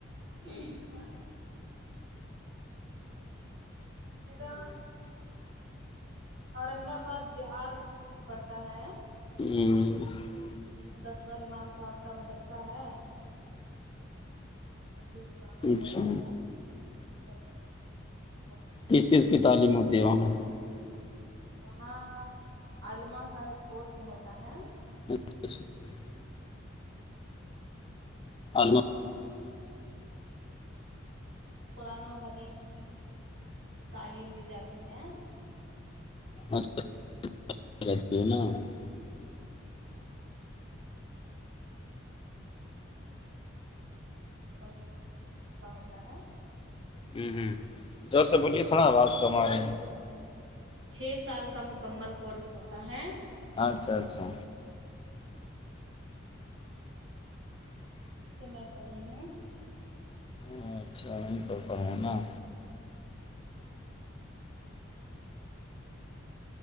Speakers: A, on the right; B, on the left.
A: <unintelligible> میرا اورنگ آباد بہار میں پڑتا ہے
B: <unintelligible>
A: ب دسغ امام صاحب کا مدرسہ ہے بہت ہی پرانا
B: اچھا
A: مدرسہ ہے مدرسے سے میری فاغت
B: کس چیز کی تعلیم ہوتی ہے وہاں
A: وہاں علمہ کا ایک کورس ہوتا ہے
B: <unintelligible> الم
A: جس میں جس میں قرآن و حدیث کی تعلیم دی جاتی ہے
B: <unintelligible>
A: ہاں اور اسی سمے پر مکمل کوچ چھ سال کا ہوتا ہے
B: ہوں ہوں ور سے بولیے تھوڑا آواز کم آ رہی ہیں
A: چھ سال کا مکمل کورس ہوتا ہے
B: اچھا اچھا
A: ہمم <unintelligible>
B: اور اچھا وہیں پر پڑ ہے نا
A: جی چھ سال رہی ہے وہاں پہ